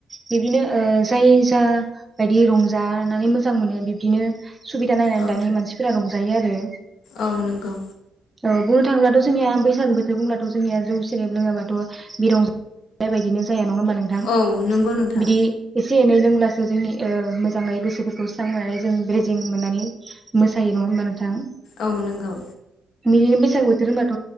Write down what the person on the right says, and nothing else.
बिब्दिनो ओ जाय जा बायदि रंजानानै मोजां मोनो बिब्दिनो सुबिदा नायनानै
दानि मानसिफोरा रंजायो आरो
औ बुंनो थाङोब्लाथ जोंनिया बैसागो बोथोर बुंब्लाथ जोंनिया जौ सेरेब लोङाब्लााथ बि रंज बेबायदिनो जाया नं नङा ओमबा नोंथां
बिदि एसे एनै लोंब्लासो जोंनि ओ मोजाङै गोसो खौ स्रांनानै जों रेजें मोननानै मोसायो नङा होमबा नोंथां
बिदिनो बैसागु बोथोर होनबाथ